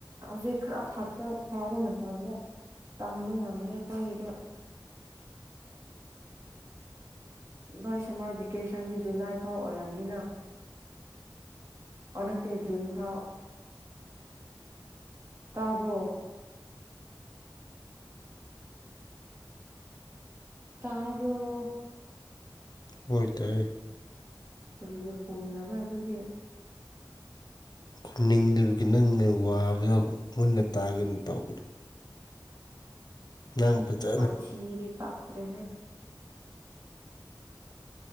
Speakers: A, on the right; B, on the left.
A: ꯍꯧꯖꯤꯛ ꯈꯔ ꯐꯠꯇ ꯊꯥꯕ ꯃꯇꯝꯗ ꯇꯝ ꯅꯪꯒꯦꯀ ꯏ ꯍꯣꯏ ꯁꯝꯃꯔ ꯚꯦꯀꯦꯁꯟꯁꯤ ꯖꯨꯂꯥꯏ ꯐꯥꯎ ꯑꯣꯏꯔꯕꯝꯅꯤꯅ ꯑꯣꯠꯇ ꯨꯟ ꯐꯥꯎ ꯇꯥꯕꯣ ꯇꯥꯕ꯭ꯔꯣ
B: ꯑꯣꯏ ꯇꯥꯏ
A: ꯀꯔꯤꯒ ꯀꯨꯝꯅꯕ ꯑꯗꯨꯗꯤ
B: ꯈꯣꯡꯅꯤꯡꯗꯕꯒꯤ ꯅꯪ ꯋꯥꯕꯗꯣ ꯃꯨꯟꯅ ꯇꯥꯒꯦꯅ ꯇꯧꯕꯅꯤ ꯉ ꯌꯥꯝ ꯐꯖꯩ
A: ꯋꯥ ꯆꯤꯔꯤ ꯄꯥꯇ꯭ꯔꯦ